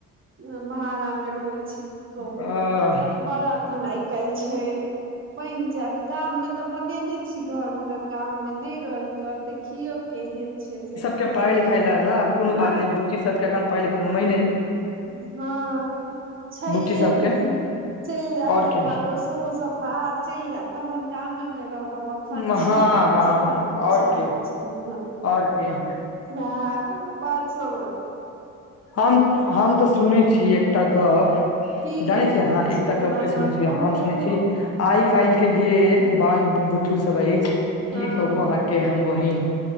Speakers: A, on the right; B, on the left.
A: उं भाड़ा मे रहै छी की कहू
B: अ
A: बर अखन आइ। कैल छै बनि जाएत गाम में त बनेने। छी घर मे गाम मे नै रहिक देखियौ केहन छै जे।
B: सब पढ़ाइ लिखाइ ल ने कोनो
A: हँ
B: बात नै बुच्ची सबके एखन पढ़ाइ लिखाई मे मायने।
A: हँअं छैहे
B: बुच्ची सबके
A: की चलि जाएत
B: आओर
A: तेकर
B: के
A: बाद स ओहो सब। बाहर चलि जाएत तहन गामे मे रहब अखन
B: हँ
A: छी
B: हँ
A: अकरे सभ ल।
B: आओर
A: छात
B: के
A: छन
B: आओर के
A: इहेवला बात सब ऐ।
B: हमत हम त सुनै छी एकटा गप।
A: की
B: जानै
A: गप
B: छियै
A: सुनै
B: अहाँ
A: छी
B: एकटा गप
A: हँ
B: की सुनै
A: हँ
B: छी
A: कहू
B: हम
A: कहू
B: सुनै
A: कहू
B: छी। आइ कालि के जे बाल बु बुतरु सब अछि
A: हँ
B: की कहु अहाँ। के हम बहिन